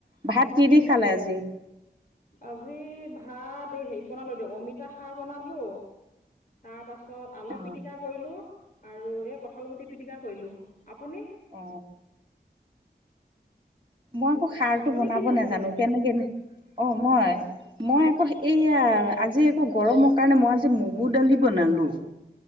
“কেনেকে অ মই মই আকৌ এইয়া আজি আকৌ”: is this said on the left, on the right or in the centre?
Right